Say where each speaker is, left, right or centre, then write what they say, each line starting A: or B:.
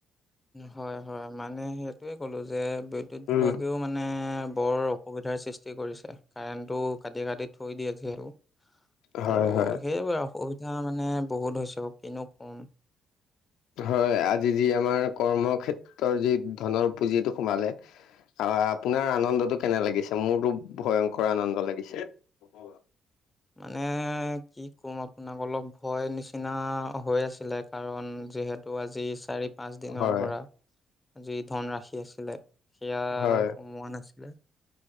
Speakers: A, on the left; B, on the left.
A: হয় হয় মানে সেইটোয়ে কলো যে বিদ্যুৎ বিভাগেও
B: উম
A: মানে, মানে বৰ অসুবিধাৰ সৃষ্টি কৰিছে কাৰেণটো কাটি কাটি, থৈ দিয়ে ঝেল
B: হয়
A: আৰু,
B: হয়।
A: সেইবোৰে আউ অসুবিধা মানে বহুত হৈছে আও কিনো কম।
B: হয় আজি যি আমাৰ কৰ্মক্ষেত্ৰৰ যি ধনৰ পুঁজিটো সোমালে, অ আপোনাৰ আনন্দটো কেনে লাগিছে মোৰতো ভয়ংকৰ আনন্দ লাগিছে। <unintelligible>
A: মানে কি ক'ম আপোনাক অলপ ভয় নিচিনা হৈ আছিলে। কাৰণ যিহেতু আজি চাৰি পাঁচ দিনৰ
B: হয়
A: পৰা যি ধনৰাশি আছিলে, সেয়া
B: হয়
A: সোমোৱা নাছিলে,